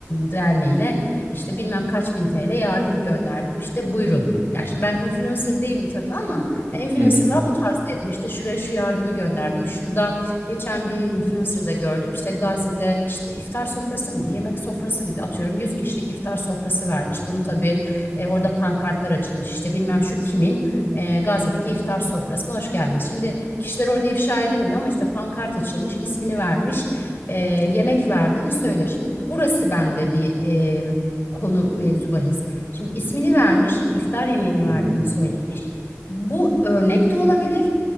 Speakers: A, on the left (about 40°); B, on the right (about 40°).
A: derneğine işte bilmem kaç bin TL yardım gönderdim işte buyurun. Yani şimdi ben influencer değilim tabii ama yani influencerlar
B: Hı hı.
A: bu tarzda yapıyor. İşte şuraya şu yardımı gönderdim. Şurada geçen bir influencer'da gördüm. İşte Gazze'de işte iftar sofrası mıydı? Yemek sofrası mıydı? Atıyorum 100 kişilik iftar sofrası vermiş. Bunu tabii e, orada pankartlar açılmış. İşte bilmem şu kimin e, Gazze'deki iftar sofrasına hoş geldiniz. Şimdi kişiler orada ifşa edilmiyor ama işte pankart açılmış, ismini vermiş, e, yemek verdiğini söylüyor. Şimdi burası bende bir e, konu mevzu bahis. Şimdi ismini vermiş, iftar yemeğini verdiğini
B: Hı hı.
A: söylemiş. Bu örnek de olabilir.